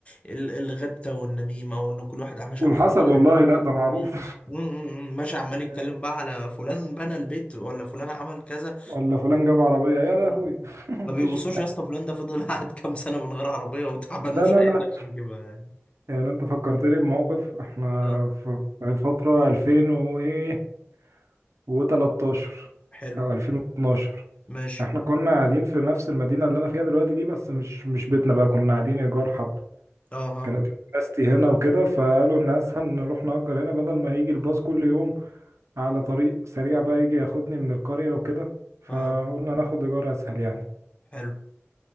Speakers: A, on the left (about 25°); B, on the right (about 85°).
A: ال- الغبطة والنميمة وان كل واحد عم- ماشي
B: والحسد
A: عمال يتكلم
B: والله لا ده معروف
A: م- م- م- م- ماشي عمال
B: <laughs> يعني
A: يتكلم بقى على فلان بنى البيت ولا فلان عمل كذا
B: ولا فلان جاب عربية يا لهوي
A: م.
B: <laughs> مفيش
A: ما بيبصوش
B: لا
A: يا اسطى فلان ده فضل <laughs> قاعد كام سنة من غير عربية وتعبان
B: لا
A: ومش
B: لا
A: قادر
B: لا.
A: عشان يجيبها يعني
B: يعني أنت فكرتني بموقف إحنا
A: اه
B: في في فترة 2000 و إيه و13
A: حلو
B: أو 2012
A: ماشي
B: إحنا كنا قاعدين في نفس المدينة اللي أنا فيها دلوقتي دي بس مش مش بيتنا بقى كنا قاعدين إيجار حب
A: اه اه
B: كانت مدرستي هنا وكده فقالوا ان اسهل نروح نأجر هنا بدل ما يجي الباص كل يوم على طريق سريع بقى يجي ياخدني من القرية وكده فقلنا
A: اه
B: ناخد ايجار اسهل يعني
A: حلو